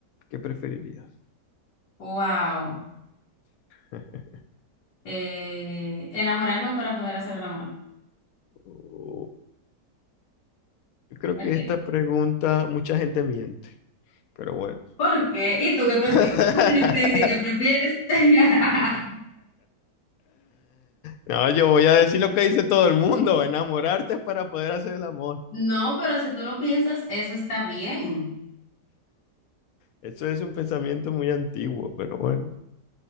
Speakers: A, on the left; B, on the left.
A: ¿Qué preferirías?
B: Wow.
A: <laughs>
B: Eh, enamorarme para poder hacer el amor.
A: Oh, yo creo
B: Ok.
A: que esta pregunta mucha gente miente, pero bueno.
B: ¿Por qué? ¿Y tú qué prefieres?
A: <laughs>
B: Tú Tienes que decir qué prefieres. <laughs>
A: No, yo voy a decir lo que dice todo el mundo, enamorarte para poder hacer el amor.
B: No, pero si tú no piensas, eso está bien.
A: Eso es un pensamiento muy antiguo, pero bueno,